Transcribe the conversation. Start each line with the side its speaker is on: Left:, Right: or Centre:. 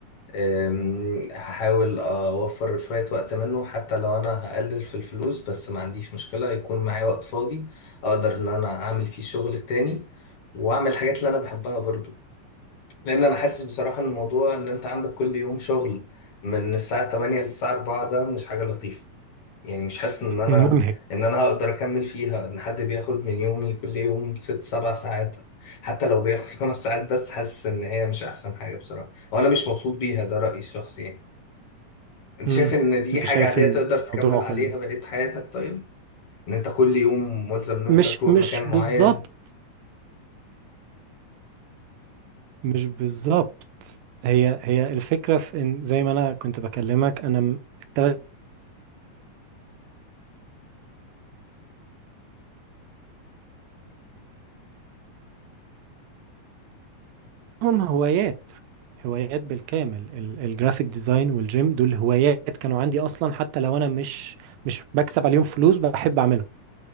Left: أم، هحاول أوفر شوية وقت منه حتى لو أنا هقلل في الفلوس بس ما عنديش مشكلة يكون معايا وقت فاضي أقدر إن أنا أعمل فيه شغل تاني وأعمل الحاجات اللي أنا بحبها برضو لأن أنا حاسس بصراحة إن الموضوع إن أنت عندك كل يوم شغل من الساعة 8 للساعة 4 ده مش حاجة لطيفة يعني مش حاسس ان انا
Right: منهك
Left: ان انا هقدر اكمل فيها ان حد بياخد من يومي كل يوم ست سبع ساعات حتى لو بياخد <laughs> خمس ساعات بس حاسس ان هي مش احسن حاجة بصراحة وانا مش مبسوط بيها ده رأيي الشخصي يعني انت
Right: مم.
Left: شايف ان دي
Right: انت
Left: حاجة
Right: شايف
Left: عادية
Right: الموضوع
Left: تقدر تكمل
Right: كله
Left: عليها بقية حياتك طيب ان انت كل يوم ملزم ان انت
Right: مش
Left: تروح
Right: مش
Left: مكان
Right: بالظبط
Left: معين
Right: مش بالظبط هي هي الفكرة في ان زي ما انا كنت بكلمك انا م- التلاتهم هوايات هوايات بالكامل ال- الجرافيك ديزاين والجيم دول هوايات كانوا عندي اصلا حتى لو انا مش مش بكسب عليهم فلوس بحب اعملهم